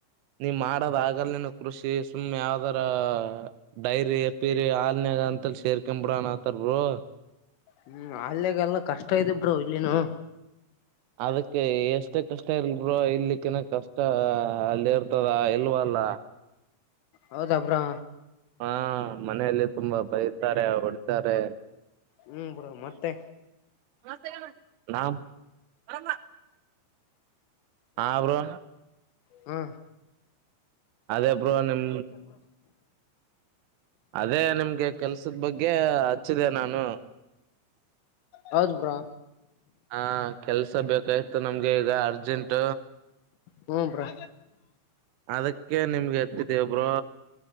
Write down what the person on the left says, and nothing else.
ಹೂ ಹಾಲ್ ನಾಗೆಲ್ಲ ಕಷ್ಟ ಇದೆ ಬ್ರೋ ಇಲ್ಲಿನು
ಹೌದಾ ಬ್ರೋ
ಹ್ಮ್ ಬ್ರೋ
ಮತ್ತೆ
ಹೂ
ಹೌದ್ ಬ್ರೋ
ಹೂ ಬ್ರೋ